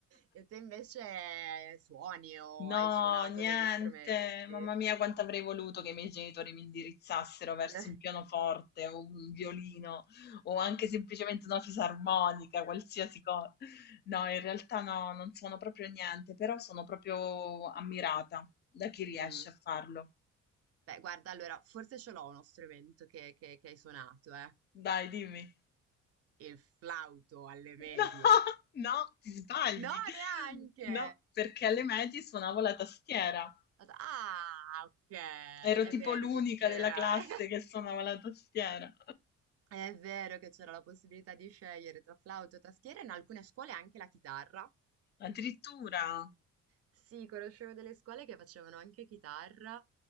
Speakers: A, on the right (about 50°); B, on the left (about 35°).
A: E te invece suoni o
B: No,
A: hai suonato
B: niente.
A: degli strumenti?
B: Mamma mia, quanto avrei voluto che i miei genitori mi indirizzassero verso
A: <laughs> Eh.
B: un pianoforte o un violino o anche semplicemente una fisarmonica, qualsiasi cosa. No, in realtà no, non sono proprio niente, però sono proprio ammirata da chi riesce
A: Mm.
B: a farlo.
A: Beh, guarda, allora, forse ce l'ho uno strumento che, che- che hai suonato, eh.
B: Dai, dimmi.
A: Il flauto alle medie.
B: No, <laughs> no, ti sbagli.
A: No, neanche!
B: No, perché alle medie suonavo la tastiera.
A: Ah, ok,
B: Ero
A: è
B: tipo
A: vero
B: l'unica
A: che c'era.
B: della classe
A: <laughs>
B: che suonava la tastiera.
A: È vero che c'era la possibilità di scegliere tra flauto e tastiera, in alcune scuole anche la chitarra.
B: Addirittura?
A: Sì, conoscevo delle scuole che facevano anche chitarra,